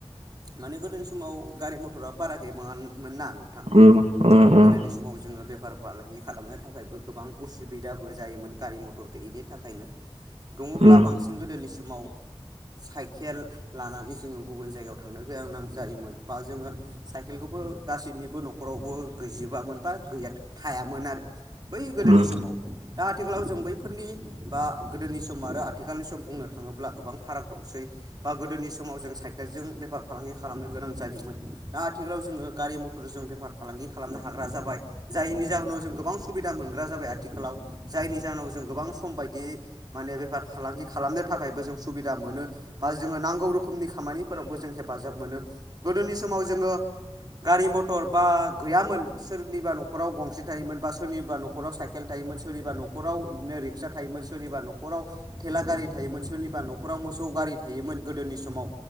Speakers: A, on the right; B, on the right.
A: माने गोदोनि समाव गारि मथरा बारा गैबाङामोन ना। थां
B: उम उम
A: आरो
B: उम
A: गोदोनि समाव जोङो बेफार फालांगि खालामनो थाखायबो गोबां उसुबिदाबो जायोमोन गारि मथर गैयिनि थाखायनो दङब्ला
B: उम
A: बांसिन गोदोनि समाव साइकेल लानानै जोंङो गुबुन जायगायाव थांनो गोनां जायोमोन बा जोंङो साइकेलखौबो गासैनिबो न'खरावबो गैजोबामोन बा गैया थायामोन आरो बै गोदोनि
B: उम
A: समाव दा आथिखालाव जों बैफोरनि बा गोदोनि सम आरो आथिखालनि सम बुंनो थांङोब्ला गोबां फाराग दंसै बा गोदोनि समाव जों साइकेलजों बेफार फालांगि खालामनो गोनां जायोमोन दा आथिखालाव जोंङो गारि मथर मथरफोर जों बेफार फालांगि खालामनो हाग्रा जाबाय। जायनि जाहोनाव जों गोबां सुबिदा मोनग्रा जाबाय आथिखालाव। जायनि जाहोनाव जों गोबां सम बायदियै माने बेफार फालांगि खालामनो थाखायबो जों सुबिदा मोनो। बा जोङो नांगौ रोखोमनि खामानिफोरावबो जों हेफाजाब मोनो। गोदोनि समाव जोङो गारि मथर बा गैयामोन सोरनिबा न' न'खराव गंसे थायोमोन बा सोरनिबा न'खराव साइकेल थायोमोन सोरनिबा न'खराव इदिनो रिक्सा थायोमोन सोरनिबा न' खराव थेला गारि थायोमोन सोरनिबा न'खराव मोसौ गारि थायोमोन गोदोनि समाव।